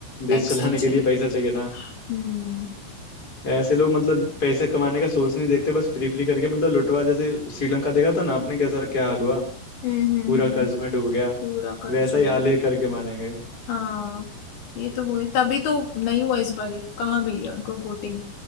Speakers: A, on the left (about 20°); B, on the left (about 65°).
A: देश
B: टैक्स
A: चलाने
B: तो चाहिए
A: के लिए पैसा चाहिए ना
B: हम्म
A: ऐसे लोग मतलब पैसा कमाने का सोर्स नहीं देखते बस फ्री फ्री करके मतलब लुटवा जैसे श्रीलंका देखा था ना आपने कैसा क्या हाल हुआ
B: हम्म हम्म
A: पूरा
B: हम्म,
A: कर्ज में डूब गया
B: पूरा कर्ज
A: वैसा
B: में
A: ही हाल ये करके मानेंगे
B: हाँ ये तो हुए तभी तो नहीं हुआ इस बारी कहाँ मिली उनको वोटिंग